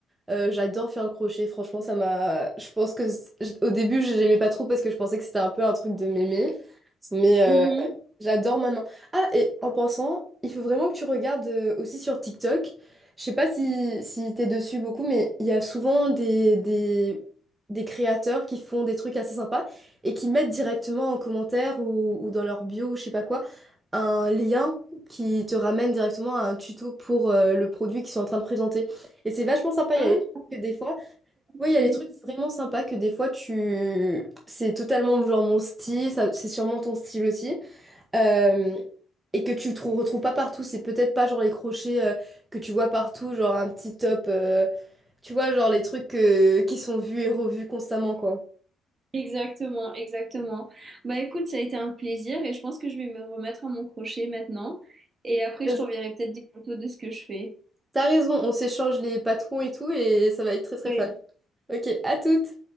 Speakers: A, on the right; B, on the right.
A: Euh, j'adore faire le crochet, franchement, ça m'a. Je pense que c- j- au début, je- n'aimais pas trop parce que je pensais que c'était un peu un truc de mémé. Mais
B: Mhm.
A: euh, j'adore maintenant. Ah, et en pensant, il faut vraiment que tu regardes euh, aussi sur TikTok. Je sais pas si, si t'es dessus beaucoup, mais il y a souvent des, des, des créateurs qui font des trucs assez sympas et qui mettent directement en commentaire ou, ou dans leur bio ou je sais pas quoi un lien qui te ramène directement à un tuto pour euh, le produit qu'ils sont en train de présenter. Et c'est vachement sympa
B: Ah,
A: que des fois,
B: ok.
A: oui, il y a des trucs vraiment sympas que des fois tu. C'est totalement genre mon style, ça, c'est sûrement ton style aussi. euh, et que tu trou- retrouves pas partout. C'est peut-être pas genre les crochets euh, que tu vois partout, genre un petit top. euh, tu vois, genre les trucs euh, qui sont vus et revus constamment, quoi.
B: Exactement, exactement. Bah écoute, ça a été un plaisir et je pense que je vais me remettre à mon crochet maintenant. Et après,
A: Raison.
B: je t'enverrai peut-être des photos de ce que je fais.
A: T'as raison, on s'échange les patrons et tout, et ça va être très très
B: Oui.
A: fun. Ok, à toutes!